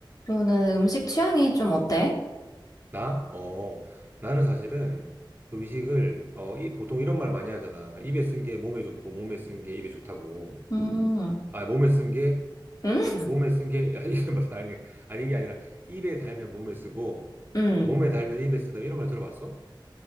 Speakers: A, on the left; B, on the right.
A: 너는 음식 취향이 좀 어때?
B: 나? 어, 나는 사실은 음식을, 어, 이, 보통 이런 말 많이 하잖아. 입에 쓴 게 몸에 좋고, 몸에 쓴 게 입에 좋다고.
A: 음,
B: 아, 몸에 쓴 게,
A: 응?
B: 몸에 쓴 게, <laughs> 야, 입에, 맞아. 아니, 아니, 이게 아니라, 입에 달면 몸에 쓰고,
A: 응.
B: 몸에 달면 입에 쓰다. 이런 말 들어봤어?